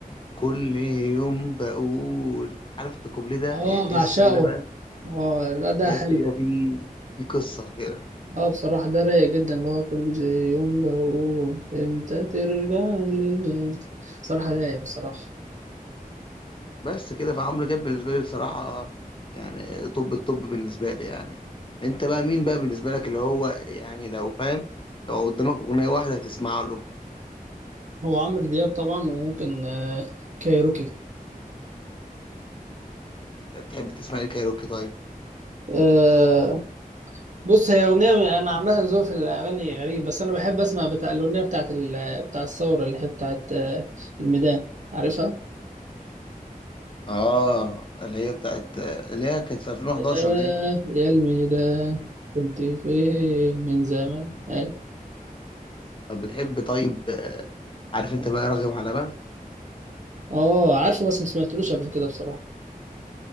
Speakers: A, on the left; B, on the right.
A: كل يوم بقول عارف أنت الكوبليه ده
B: اه
A: يعني تحس
B: بعشقه
A: كده بقى
B: اه لا ده
A: تحس
B: حلو
A: كده في في قصة كده
B: اه بصراحة ده رايق جدا اللي هو كل يوم بقول امتى ترجع لي بصراحة رايق بصراحة
A: بس كده فعمرو دياب بالنسبة لي بصراحة يعني طب الطب بالنسبة لي يعني انت بقى مين بقى بالنسبة لك اللي هو يعني لو فاهم لو قدامك أغنية واحدة هتسمع له
B: هو عمرو دياب طبعا وممكن آه، كايروكي
A: بتحب تسمع ايه كايروكي طيب
B: آه بص هي أغنية أنا عامة ذوقي في الأغاني غريب بس أنا بحب أسمع بتاع الأغنية بتاعت ال... بتاع الثورة اللي هي بتاعت آه، الميدان عارفها؟
A: اه اللي هي بتاعت اللي هي كانت في 2011
B: آه
A: دي
B: يا الميدان كنت فين من زمان أيوة.
A: طب بتحب طيب عارف انت بقى راغب على بقى
B: اه عارفه بس ما سمعتلوش قبل كده بصراحة